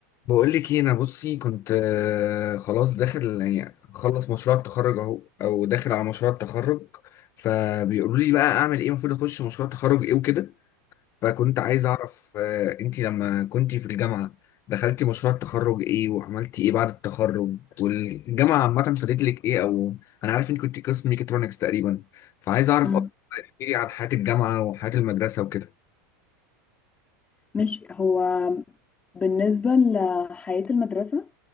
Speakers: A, on the left; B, on the left.
A: بقول لك ايه انا بصي كنت آه، خلاص داخل يعني خلص مشروع التخرج اهو او داخل على مشروع التخرج فبيقولوا لي بقى اعمل ايه المفروض اخش مشروع تخرج ايه وكده فكنت عايز اعرف آه، انتي لما كنتي في الجامعة دخلتي مشروع التخرج ايه وعملتي ايه بعد التخرج والجامعة عامة فادت لك ايه او انا عارف انك كنت قسم ميكاترونكس تقريبا فعايز اعرف
B: مم.
A: اكتر احكي لي عن حياة الجامعة وحياة المدرسة وكده
B: ماشي هو بالنسبة لحياة المدرسة